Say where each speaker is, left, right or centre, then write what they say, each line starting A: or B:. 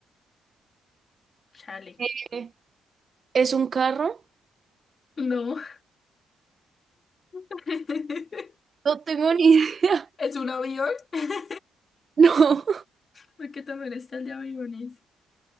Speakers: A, on the left; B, on the right.
A: Chale.
B: ¿Qué? ¿Es un carro?
A: No. <laughs>
B: No tengo ni idea. <laughs>
A: ¿Es un avión? <laughs>
B: No.
A: Porque también está el de aviones.